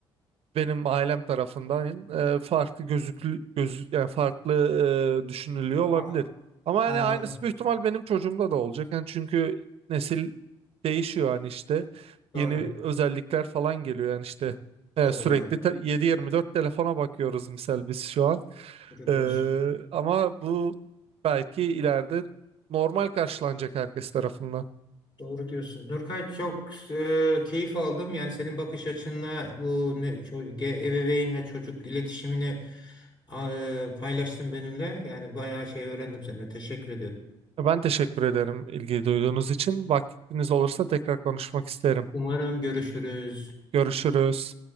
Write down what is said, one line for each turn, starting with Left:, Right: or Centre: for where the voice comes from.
Right: benim ailem tarafından e, farklı gözüklü gözü yani farklı e, düşünülüyor olabilir.
Left: a-
Right: Ama
Left: anladım.
Right: yani aynısı büyük ihtimal benim çocuğumda da olacak. Yani çünkü nesil değişiyor hani işte
Left: Doğru.
Right: yeni özellikler falan geliyor yani işte e,
Left: Doğru
Right: sürekli
Left: doğru.
Right: te- 7-24 telefona bakıyoruz misal biz şu an.
Left: Doğru
Right: E,
Left: diyorsun.
Right: ama bu belki ileride normal karşılanacak herkes tarafından.
Left: Doğru diyorsun. Nurkay çok e, keyif aldım. Yani senin bakış açınla bu ne, ço- ge- ebeveyn ve çocuk iletişimini e, paylaştın benimle. Yani bayağı şey öğrendim senden. Teşekkür ediyorum.
Right: Ben teşekkür ederim ilgi duyduğunuz için. Vaktiniz olursa tekrar konuşmak isterim.
Left: Umarım görüşürüz.
Right: Görüşürüz.